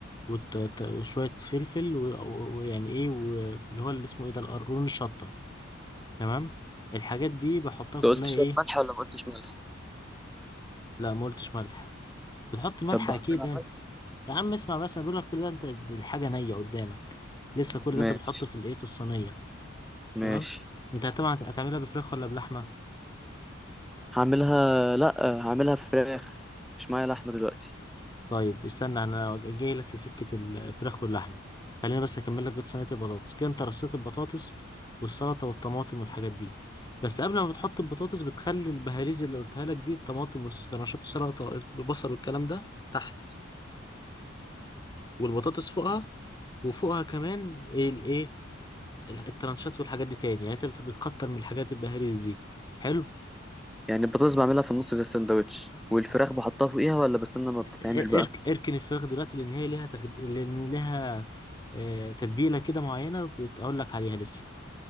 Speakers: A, on the left; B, in the centre.
A: وت- ت- وشوية فلفل و- ويعني ايه واللي هو اللي اسمه ايه ده القرقرون الشطة تمام الحاجات دي بحطها
B: انت
A: كلها
B: قلت شويه
A: ايه
B: ملح ولا ما قلتش ملح
A: لا ما قلتش ملح بتحط ملح
B: طب بحط
A: اكيد
B: لها
A: يعني
B: ملح
A: يا عم اسمع بس انا بقول لك كل ده انت دي الحاجه نيه قدامك لسه كل
B: ماشي
A: ده انت بتحطه في الايه في الصينيه
B: ماشي
A: تمام انت طبعا هتعملها بفراخ ولا بلحمه
B: هعملها لا هعملها فراخ مش معايا لحمة دلوقتي
A: طيب استنى انا جاي لك في سكه الفراخ واللحمه خلينا بس اكمل لك بيت صينيه البطاطس كده انت رصيت البطاطس والسلطه والطماطم والحاجات دي بس قبل ما بتحط البطاطس بتخلي البهاريز اللي قلتها لك دي الطماطم والرشات السلطه البصل والكلام ده تحت والبطاطس فوقها وفوقها كمان ايه الايه ال- الترانشات والحاجات دي تاني يعني انت بت- بتكتر من الحاجات البهاريز دي حلو
B: يعني البطاطس بعملها في النص زي السندوتش والفراخ بحطها فوقيها ولا بستنى ما بتتعمل
A: ا-
B: بقى
A: ارك اركن الفراخ دلوقتي لان هي ليها تغد... لان ليها آه، تتبيله كده معينه بتقول لك عليها لسه